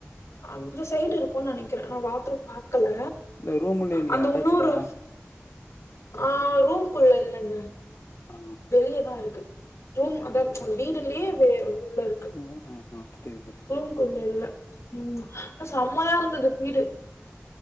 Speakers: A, on the left; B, on the left.
A: அந்த சைட் இருக்கு நனைக்கிற நா பாத்ரூம் பாக்கல
B: இந்த ரூமுள்ளே இல்லயா
A: அந்த
B: அட்டச்சுடா
A: இன்னொரு ஆ ரூம் குள்ள இல்லங்க
B: ஆ
A: வெளியதா இருக்கு ரூம்
B: வெளியடா
A: அதா வீடுலயே வெ உள்ள இருக்கு
B: ம் ம் ம் புரிது புரிது
A: ரூம் குள்ள இல்ல ம் ஆனா சம்மையா இருந்தது வீடு